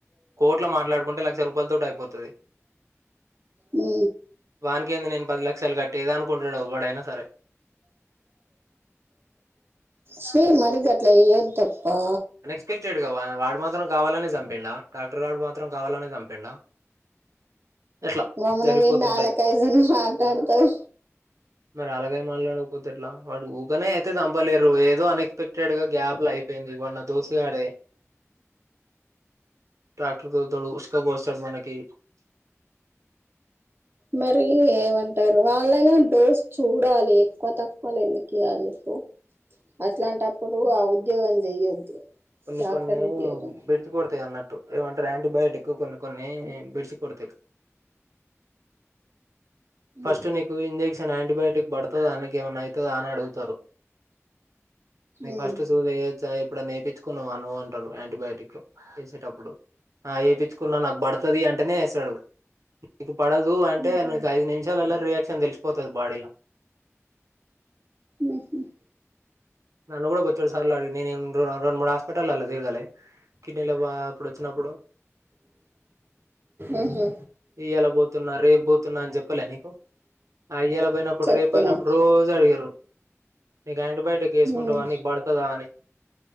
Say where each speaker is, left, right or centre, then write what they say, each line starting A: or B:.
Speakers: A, on the right; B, on the right.
A: కోట్ల మాట్లాడుకుంటే లక్ష రూపాయలతోటి అయిపోతది
B: ఊ
A: వానికి ఏంది నేను పది లక్షల్ కట్టేదనుకుంటాడు ఎవ్వడైనా సరే
B: శ్రీ మరి గట్ల ఎయద్దప్పా
A: ఎఫెక్టెడ్గా వాడు మాత్రం కావాలని చంపిండా డాక్టర్ గాడు మాత్రం కావాలనె చంపిండా ఎట్లా
B: వామ్మో
A: జరిగిపోతుంటాయి
B: నువ్ ఏంది ఆళ్లకాయజుని మాట్లాడుతావు
A: మరి అలాగే మాట్లాడకపోతే ఎట్లా వాడు ఊకనే అయితే చంపలేరు ఏదో అనెక్స్పెక్టెడ్ గా గ్యాప్ల అయిపోయింది వాన్ న దోస్తుగాడే ట్రాక్టర్ డోళ్తడు ఉసుక బోస్తడు మనకి
B: మరి ఏమంటారు వాళ్ళని బేస్ చూడాలి ఎక్కువ తక్కువలు ఎందుకు ఇయాలి ఉ అట్లాంటప్పుడు ఆ ఉద్యోగం చెయ్యొద్దు
A: కొన్ని
B: డాక్టర్
A: కొన్ని
B: ఉద్యోగం
A: బిడ్ డ్స్ కొడతాయి అన్నట్టు ఏమంటే యాంటీబయోటిక్ కొన్ని కొన్ని బెడిసి కొడతయి ఫస్ట్
B: ఉమ్
A: నీకు ఇంజెక్షన్ యాంటీబయాటిక్ పడుతుందా దక ఏమైనా అవుతుందా అని అడుగుతారు నీకు
B: ఉమ్
A: ఫస్ట్ సూయ్యొచ్చ ఇప్పుడ నేపి చ్చుకున్నా అనుంటారు యాంటీబయటిక్ లో వేసేటప్పుడు ఆ వయిచ్చుకున్నా నాకు పడుతుది అంటేనే వేస్తాడు నీకు పడదు అంటే
B: ఉహు
A: నకు ఐదు నిమిష ఎలా రియాక్షన్ తెలిస్పోతుది బాడిలా
B: ఉహు
A: నన్నను కూడా బొచ్చుడు సరాలు అడి నే రెండు మూడు హాస్పిటల్ లా తీర్గలి కిడ్నీలో బా అప్పుడు వచ్చినప్పుడు
B: ఆహా
A: ఈ ఎలా పోతున్నారు రేపు పోతున్నా అని చెప్పలే నీకు అయ్యలా పోయినప్పుడు
B: చెప్పినవ్
A: రే పోయినప్పుడు రోజు అడిగారు నీకు ఆంటిబయోటిక్ కుంటవా
B: ఉమ్
A: నీకు పడుతుదా అని